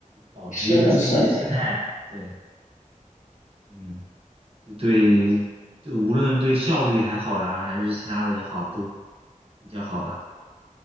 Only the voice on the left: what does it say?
是的，是的。